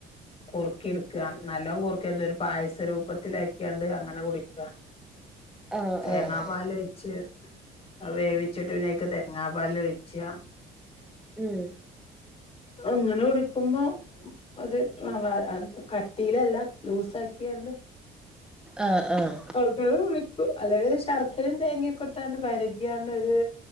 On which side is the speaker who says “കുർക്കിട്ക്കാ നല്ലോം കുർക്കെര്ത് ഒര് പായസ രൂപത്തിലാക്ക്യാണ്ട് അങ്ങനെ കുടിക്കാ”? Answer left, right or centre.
Left